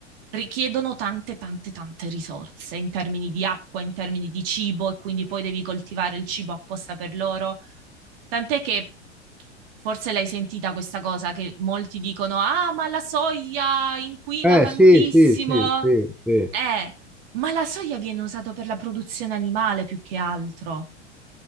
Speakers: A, on the right; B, in the centre.
A: richiedono tante, tante, tante risorse in termini di acqua, in termini di cibo, e quindi poi devi coltivare il cibo apposta per loro. Tant'è che forse l'hai sentita questa cosa che molti dicono: Ah, ma la soia inquina
B: Eh
A: tantissimo.
B: sì, sì, sì, sì, sì.
A: Eh, ma la soia viene usata per la produzione animale più che altro.